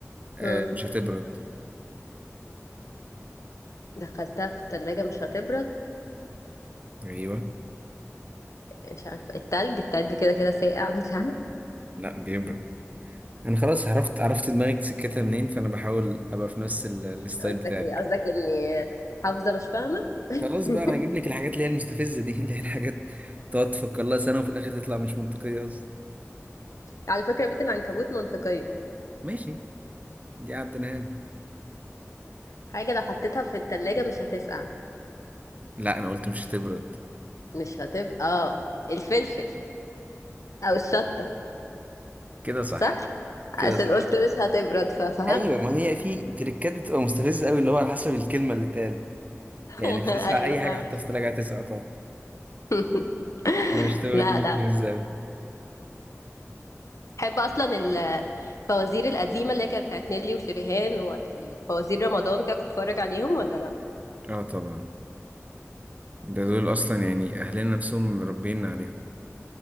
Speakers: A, on the right; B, on the left.
A: آه
B: امم
A: مش هتبرد
B: دخلتها في التلاجة مش هتبرد
A: ايوه
B: مش عارفة التلج التلج كده كده ساقع مش عارفة
A: لا بيبرد انا خلاص عرفت عرفت دماغك سكتها منين فانا بحاول ابقى في نفس ال- الستايل
B: قصدك
A: بتاعك
B: ايه قصدك اني حافظة مش فاهمة <laughs>
A: خلاص بقى انا هجيب لك الحاجات اللي هي المستفزة دي <laughs> اللي هي الحاجات تقعد تفكر لها سنة وفي الاخر تطلع مش منطقية اصلا
B: على فكرة بيت العنكبوت منطقية
A: ماشي دي عدناها لك
B: حاجة لو حطيتها في التلاجة مش هتسقع
A: لا انا قلت مش هتبرد
B: مش هتبقى اه الفلفل او الشطة
A: كده صح
B: صح
A: كده
B: عشان
A: صح
B: قلت مش هتبرد ففهمت
A: ايوه ما هي في تريكات بتبقى مستفزه قوي اللي هو على حسب الكلمه اللي اتقالت
B: <laughs>
A: يعني مش تسقع
B: ايوه
A: اي حاجة
B: فاهم
A: حطها في التلاجة هتسقع طبعا
B: <laughs>
A: لا مش هتبرد
B: لا
A: دي مستفزة
B: لا
A: اوي
B: بحب اصلا ال- الفوازير القديمه اللي هي كانت بتاعت نيلي وشريهان والفوازير رمضان كده كنت اتفرج عليهم ولا لا
A: اه طبعا ده دول اصلا يعني اهلنا نفسهم مربينا عليهم